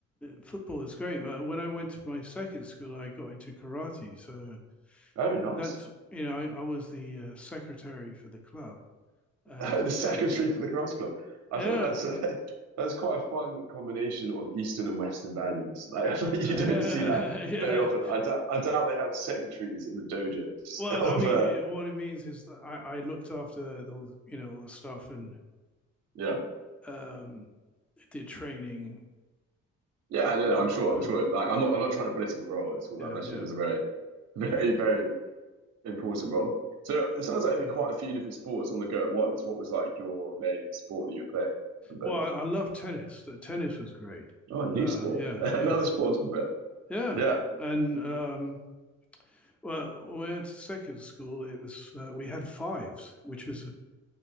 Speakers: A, in the centre; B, on the right (about 60°).
A: football is great, but when I went to my second school, I got into karate. So
B: Oh, nice.
A: that's
B: <laughs>
A: you know I, I was the uh, secretary for the club, and
B: Oh, the secretary
A: yeah,
B: for the karate club. I
A: yeah,
B: feel like that's a, <laughs> that's quite a fun combination of Eastern and Western values. <laughs> Like I feel
A: <laughs>
B: like you don't see that very often.
A: yeah.
B: I doubt I doubt they have secretaries in the dojos
A: Well,
B: <laughs> of
A: I mean,
B: uh,
A: it, what it means is that I, I looked after all the, you know, all the stuff and
B: yeah
A: um, did training.
B: yeah. I don't
A: You
B: know.
A: know,
B: I'm sure.
A: so
B: I'm sure. It, like I'm
A: yeah,
B: not. I'm not trying to belittle the role at all.
A: yeah,
B: I imagine
A: yeah,
B: it was a very <laughs> very
A: yeah,
B: very important role. So it sounds like
A: yeah.
B: quite a few different sports on the go at once. What was like your main sport that you were
A: Well,
B: playing?
A: I, I love tennis. The tennis was great.
B: Oh, a new
A: Uh,
B: sport.
A: yeah,
B: <laughs> Another
A: yeah,
B: sport on top of it.
A: yeah.
B: Yeah.
A: And um, well, when we went to second school. It was uh, we had fives, which was